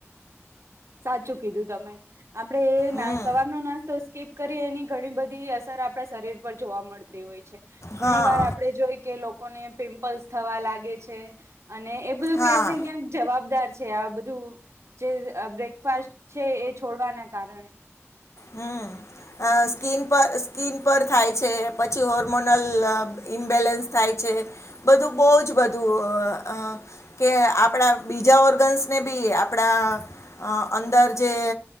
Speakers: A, on the right; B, on the left.
A: સાચું કીધું તમે આપડે
B: હમ
A: ન સવારનો નાસ્તો સ્કીપ કરી એની ઘણી બધી અસર આપડા શરીર પર જોવા મળતી તી હોય છે.
B: હા
A: ઘણી વાર આપડે જોઈ કે લોકોને પિમ્પલ્સ થવા લાગે છે. અને એ બધું
B: હા
A: ક્યાંક ને ક્યાંક જવાબદાર છે. આ બધું જે ફ છે એ છોડવાના કારણે
B: હમ સ્કીન પર સ્કીિન પર થાય છે પછી હોર્મોનલ ઇમ્બેલેન્સ થાય થાય છે બધું બહ જ બધું કે આપડા બીજા ઓર્ગન્સ ને બી આપણા અંદર જે